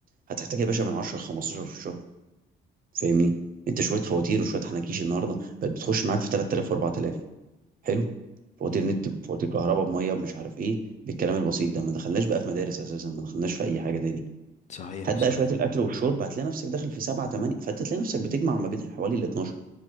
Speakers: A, on the right; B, on the left.
A: هتحتاج
B: مم.
A: يا باشا من 10 ل 15 في الشهر فاهمني انت شويه فواتير
B: مم.
A: وشويه حناكيش النهارده بقت بتخش معاك في 3000 و4000 حلو فواتير
B: امم
A: نت بفواتير كهرباء بميه مش عارف ايه بالكلام البسيط ده ما دخلناش بقى في مدارس اساسا ما دخلناش في اي حاجه تاني
B: صحيح
A: هات
B: صحيح
A: بقى شويه الاكل والشرب هتلاقي نفسك داخل في سبعة تمانية فانت تلاقي نفسك بتجمع ما بين حوالي ال 12